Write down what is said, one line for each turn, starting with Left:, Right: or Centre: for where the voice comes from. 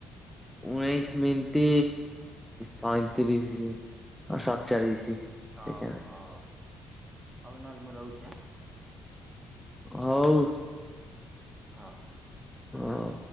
Centre: ଉଣେଇଶି ମିନିଟ ସଇଁତିରିଶ ସଦଚାଲିଛି ସେ
Right: ଓହୋ। ହଉ ନହେଲେ ମୁଁ ରହୁଚି।
Centre: ହଁ, ହଉ।
Right: ହଁ।
Centre: ହଁ।